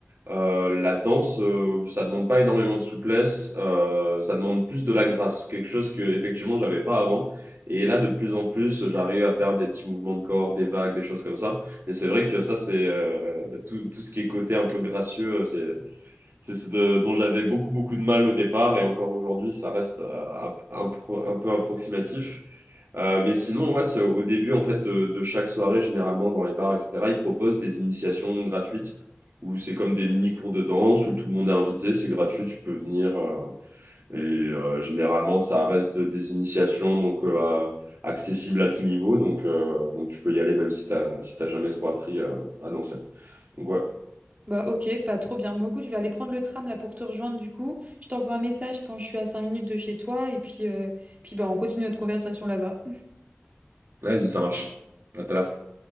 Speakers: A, on the right; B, on the right.
A: Euh, la danse, euh, ça demande pas énormément de souplesse, euh, ça demande plus de la grâce, quelque chose que effectivement j'avais pas avant. Et là, de plus en plus, j'arrive à faire des petits mouvements de corps, des vagues, des choses comme ça. Et c'est vrai que ça, c'est euh, tout, tout ce qui est côté un peu gracieux, c'est C'est ce de- dont j'avais beaucoup, beaucoup de mal au départ, et encore aujourd'hui, ça reste euh, un, un pro- un peu approximatif. Euh, mais sinon, ouais, c'est au début en fait de, de chaque soirée, généralement dans les bars, etc., ils proposent des initiations gratuites où c'est comme des mini cours de danse où tout le monde est invité, c'est gratuit, tu peux venir. euh, et euh, généralement, ça reste des initiations donc euh, à- accessibles à tout niveau, donc euh, donc tu peux y aller même si t'as si t'as jamais trop appris euh, à danser. Donc ouais,
B: Bah ok, pas trop bien. Moi, écoute, je vais aller prendre le tram là pour te rejoindre du coup. Je t'envoie un message quand je suis à 5 minutes de chez toi et puis, euh, puis bah, on continue notre conversation là-bas.
A: vas-y, ça marche. À tout à l'heure.